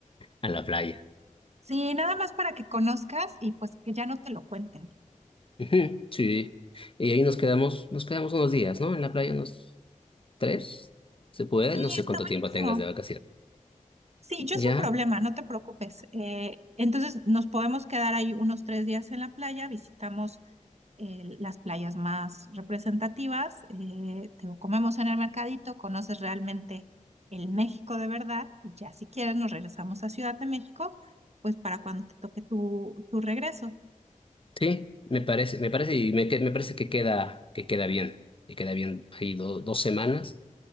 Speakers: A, on the left; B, on the right.
A: a la playa.
B: Sí, nada más para que conozcas y pues que ya no te lo cuenten.
A: Ujú, Sí. Y ahí nos quedamos, nos quedamos unos días, ¿no? En la playa nos... ¿Tres? ¿Se puede?
B: Sí,
A: No sé
B: está
A: cuánto
B: buenísimo.
A: tiempo tengas de vacaciones.
B: Sí, yo
A: Ya,
B: sin problema, no te preocupes. Eh, entonces nos podemos quedar ahí unos tres días en la playa, visitamos eh, las playas más representativas, eh, te lo comemos en el mercadito, conoces realmente el México de verdad y ya si quieres nos regresamos a Ciudad de México, pues para cuando te toque tu, tu regreso.
A: sí, me parece, me parece, y me, que- me parece que queda, que queda bien, que queda bien. Hay do- dos semanas,